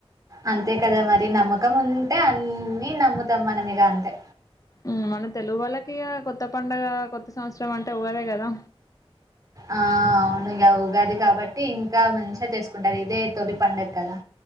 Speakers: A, on the right; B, on the left.
A: అంతే కదా మరి నమ్మకం ఉంటే అన్నీ నమ్ముతం మన మిగ అంతే.
B: ఊమ్ మన తెలుగు వాళ్ళకి ఇగ కొత్త పండగ కొత్త సంవత్సరం అంటే ఉగాదే గదా.
A: ఆ అవును ఇగ ఉగాది కాబట్టి ఇంకా మంచిగా చేసుకుంటారు ఇదే తొలి పండగ కద.